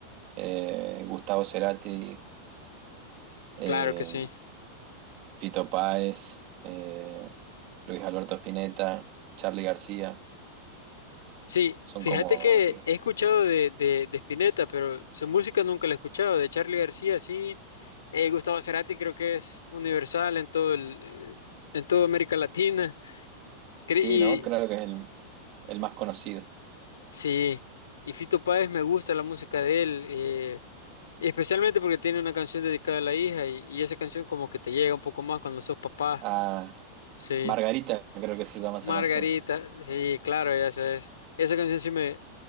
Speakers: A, on the right (about 40°); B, on the left (about 65°).
A: Eh, Gustavo Cerati, eh,
B: Claro que sí.
A: Fito Páez, eh, Luis Alberto Spinetta, Charly García,
B: Sí,
A: son
B: fíjate
A: como...
B: que he escuchado de, de, de Spinetta, pero su música nunca la he escuchado. De Charly García, sí. Eh, Gustavo Cerati creo que es universal en todo el, eh, en toda América Latina. Cre-
A: Sí,
B: Y
A: ¿no? Creo que es el, el más conocido.
B: sí, y Fito Páez me gusta la música de él, eh, especialmente porque tiene una canción dedicada a la hija y, y esa canción como que te llega un poco más cuando sos papá.
A: Ah,
B: Sí.
A: Margarita, creo que se llama esa
B: Margarita,
A: canción.
B: sí, claro, ya sabes. Esa canción sí me,